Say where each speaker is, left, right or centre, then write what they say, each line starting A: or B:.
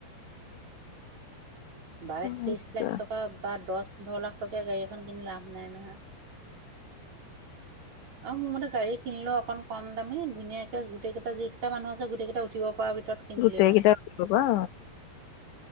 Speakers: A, on the right (about 40°); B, on the left (about 85°).
A: বাইশ
B: সমস্যা
A: ত্ৰিশ লাখ টকা বা দহ পোন্ধৰ লাখ টকীয়া গাড়ী এখন কিনি লাভ নাই নহয় আৰু মোৰ মতে গাড়ী কিনিলোও অকন কম দামে ধুনীয়াকে গোটেই কেইটা যিকেইটা মানুহ আছে গোটেই কেইটা উঠিব পৰা ভিতৰত কিনিলেই
B: গোটেই
A: হ'ল
B: কেইটা উঠিব পৰা